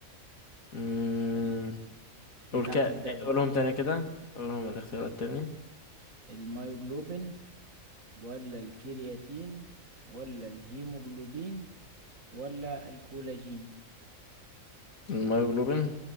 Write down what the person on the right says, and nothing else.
اللي بتاعة
الدم
الميوجلوبين ولا الكرياتين ولا الهيموجلوبين ولا الكولاجين